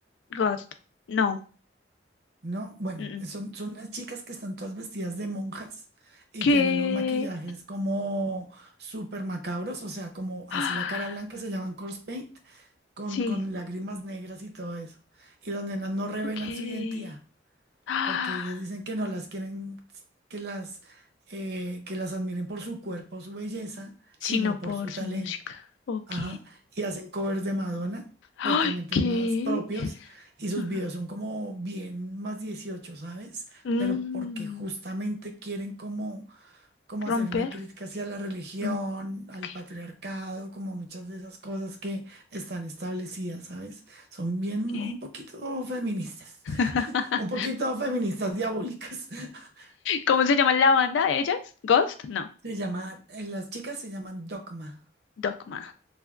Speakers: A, on the left; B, on the right.
A: Ghost. No.
B: ¿No? Bueno,
A: mm, mm.
B: son, son unas chicas que están todas vestidas de monjas y
A: ¿Qué?
B: tienen unos maquillajes como súper macabros, o sea, como así
A: Ah,
B: la cara blanca se llaman corpse paint, con,
A: sí,
B: con lágrimas negras y todo eso. Y las nenas no revelan
A: ok.
B: su identidad.
A: Ah,
B: porque ellas dicen que no las quieren, que las, eh, que las admiren por su cuerpo, su belleza,
A: sino
B: sino
A: por
B: por su
A: su
B: talento.
A: música. Ok.
B: Ajá. Y hacen covers de Madonna,
A: Ay,
B: pero también temas
A: ¿qué?
B: propios, y sus
A: Ajá.
B: videos son como bien más dieciocho ¿sabes?
A: Mm,
B: Pero porque justamente quieren como, como
A: romper.
B: hacer una crítica hacia la religión,
A: Mm, ok,
B: al patriarcado, como muchas de esas cosas que están establecidas, ¿sabes? Son bien
A: ok.
B: un poquito feministas.
A: <laughs>
B: Un poquito feministas diabólicas. <laughs>
A: ¿Cómo se llama la banda de ellas? Ghost? No,
B: Se llama, eh, las chicas se llaman Dogma.
A: Dogma.